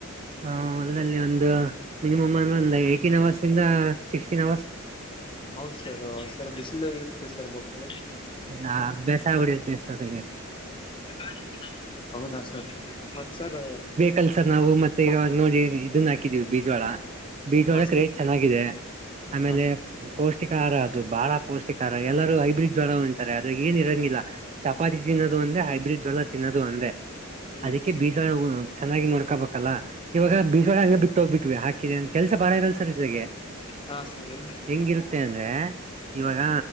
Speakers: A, on the right; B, on the left.
A: ಹ ಹೊಲ್ದಲ್ಲಿ ಒಂದ ಮಿನಿಮಮ್ ಅಂದ್ರ ಒಂದ್ ಏಟೀನ್ ಅವರ್ಸಿಂದ ಸಿಕ್ಸ್ಟೀನ್ ಅವರ್ಸ್.
B: ಹೌದ್ ಸರ್ ಸರ್ ಬಿಸಿಲು ಇರುತ್ತ ಸರ್ ಬಕ್ಕಳ.
A: ಇಲ್ಲಾ ಅಭ್ಯಾಸಾಗ್ಬಿಟರ್ತೆ ಸರ್.
B: <unintelligible> ಹೌದಾ ಸರ್ ಮತ್ ಸರ್.
A: ಕೆಲ್ಸರ್ ನಾವು ಮತ್ತೆ ಇವಾಗ ನೋಡಿ ಇದನ್ನಾ ಹಾಕಿದೀವಿ ಬೀಜ್ವಾಳ ಬೀಜ್ವಾಳಕ
B: ಹಾ ಸರ್
A: ರೇಟ್ ಚೆನ್ನಾಗಿದೆ ಆಮೇಲೆ
B: ಹಾ
A: ಪೌಷ್ಟಿಕಹಾರ ಅದು ಬಹಳ ಪೌಷ್ಟಿಕಹಾರ ಎಲ್ಲರೂ ಹೈಬ್ರಿಡ್ ಜೋಳ ಉನ್ನತರೆ ಆದ್ರೆ ಏನ್ ಇರಂಗಿಲ್ಲ ಚಪಾತಿ ತಿನ್ನೋದು ಒಂದೇ ಹೈಬ್ರಿಡ್ ಜೋಳ ತಿನ್ನೋದು ಒಂದೇ
B: ಹ್ಮ್
A: ಅದಕ್ಕೆ ಬೀಜವಾಳ ಚೆನ್ನಾಗಿ ನೋಡ್ಕೋಬೇಕಲ್ಲ ಇವಾಗ ಬೀಜವಾಳ ಹಂಗೆ ಬಿಟ್ಟ ಹೋಗ ಬಿಟ್ವಿ ಹಾಕಿದೆ ಕೆಲಸ ಬಾಳ ಇರಲ್ಲ ಸರ್ ಇದ್ರಾಗೆ.
B: ಹಾಂ ಸರ್.
A: ಹೆಂಗಿರುತ್ತೆ ಅಂದ್ರೆ ಇವಾಗ